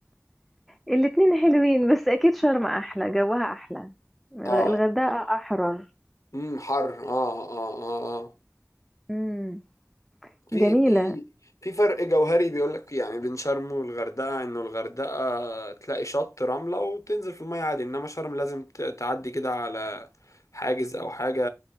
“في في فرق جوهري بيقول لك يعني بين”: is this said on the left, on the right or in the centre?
Left